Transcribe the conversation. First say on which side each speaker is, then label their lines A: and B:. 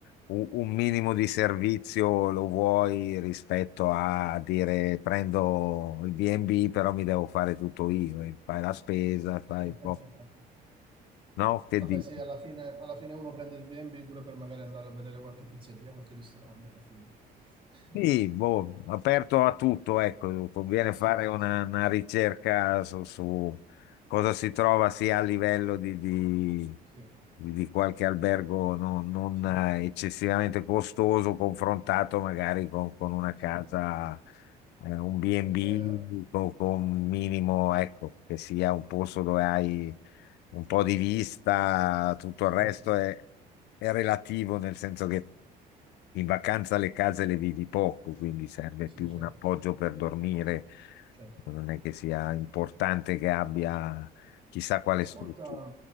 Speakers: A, on the left; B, on the right.
A: u- un, minimo di servizio lo vuoi rispetto a dire prendo il B&B, però mi devo fare tutto io, e fai la spesa, fai
B: <laughs>
A: un po', no? Che
B: Vabbè,
A: dici?
B: sì, alla fine, alla fine uno prende il B&B pure per magari andare a vedere qualche pizzeria, qualche ristorante alla fine. <laughs>
A: Sì, boh, aperto a tutto, ecco, conviene
B: Sì,
A: fare
B: sì,
A: una,
B: sì,
A: una ricerca su, su cosa si trova sia a livello di, di-
B: sì, eh,
A: di- di qualche albergo non, non,
B: sì,
A: eh, eccessivamente costoso, confrontato magari con, con una
B: sì,
A: casa, eh, un B&B
B: Eh,
A: con, con un minimo, ecco, che sia un posto dove hai un po' di vista, tutto
B: sì,
A: il resto è è relativo nel senso che in vacanza le case le vivi poco, quindi serve
B: sì,
A: più
B: certo,
A: un appoggio
B: certo,
A: per dormire.
B: certo.
A: Non è che sia importante che abbia chissà quale
B: Ascolta,
A: struttura.